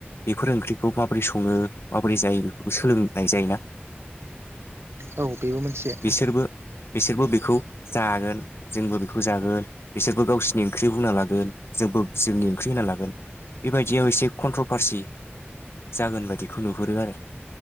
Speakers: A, on the left; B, on the right.
A: बेफोर ओंख्रिखौ माबोरै सङो माबोरै जायो बेफोरखौ सोलोंनाय जायोना।
B: औ बेबो मोनसे।
A: बिसोरबो बिसोरबो बेखौ जागोन जोंबो बेखौ जागोन बिसोरबो गावसोरनि ओंख्रि बुंना लागोन जोंबो जोंनि ओंख्रि होना लागोन बेबायदियाव एसे कन्ट्रभारसि जागोन बायदिखौ नुहुरो आरो